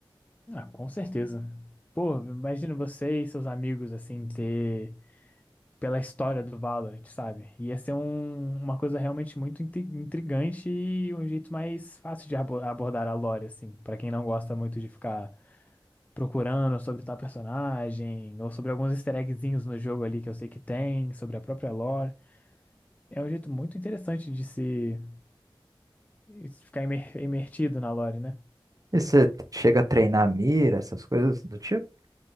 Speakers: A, on the left; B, on the right.
A: Ah, com certeza. Pô, imagina você e seus amigos, assim, ter... Pela história do Valorant, sabe? Ia ser um- uma coisa realmente muito intri- intrigante e um jeito mais fácil de abo- abordar a lore, assim, pra quem não gosta muito de ficar procurando sobre tal personagem, ou sobre alguns easter eggzinhos no jogo ali que eu sei que tem, sobre a própria lore. É um jeito muito interessante de se de se ficar imer- imertido na lore, né?
B: E você chega a treinar a mira, essas coisas do tipo?